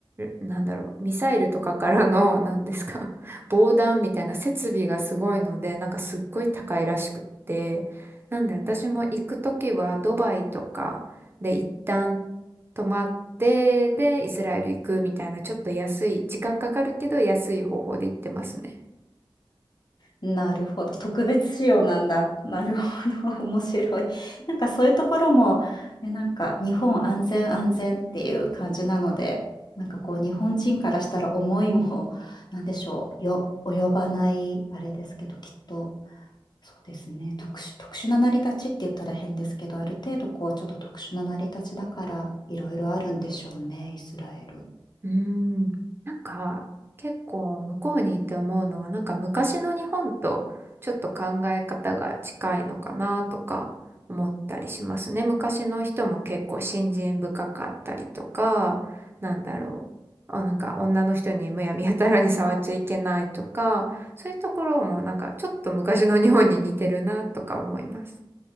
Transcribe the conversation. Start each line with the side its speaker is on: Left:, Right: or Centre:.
Right: なんだろう、ミサイルとかからの、なんですか、<laughs> 防弾みたいな設備がすごいので、なんかすっごい高いらしくって、なんで私も行くときはドバイとかで一旦泊まって、で、イスラエル行くみたいな、ちょっと安い、時間かかるけど安い方法で行ってますね。
Left: なるほど。特別仕様なんだ。なるほど。<laughs> 面白い。なんかそういうところも、え、なんか日本安全安全っていう感じなので、なんかこう日本人からしたら思いも、<laughs> なんでしょう、よ、及ばない、あれですけど、きっと、そうですね。特殊、特殊な成り立ちって言ったら変ですけど、ある程度こうちょっと特殊な成り立ちだから、いろいろあるんでしょうね、イスラエル。
Right: うーん、なんか結構向こうにいて思うのはなんか昔の日本とちょっと考え方が近いのかなとか思ったりしますね。昔の人も結構信心深かったりとか、なんだろう。あ、なんか女の人にむやみやたらに触っちゃいけないとか、そういうところもなんかちょっと昔の日本に似てるなとか思います。